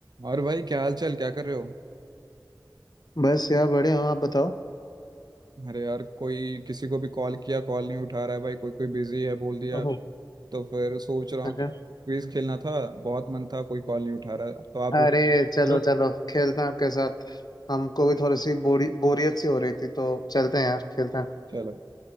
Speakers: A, on the right; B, on the left.
A: और भाई क्या हाल चाल क्या कर रहे हो
B: बस यार बड़े हो आप बताओ
A: अरे यार कोई किसी को भी कॉल किया कॉल नहीं उठा रहा है भाई कोई कोई बिजी है बोल दिया
B: ओहो
A: तो फिर सोच रहा
B: अच्छा
A: हूँ कि क्विज खेलना था बहुत मन था कोई कॉल नहीं उठा रहा है। तो आप उठ
B: अरे
A: चलो
B: चलो चलो खेलते हैं आपके साथ हमको भी थोड़ी सी बोरी बोरियत सी हो रही थी तो चलते हैं यार खेलते हैं
A: चलो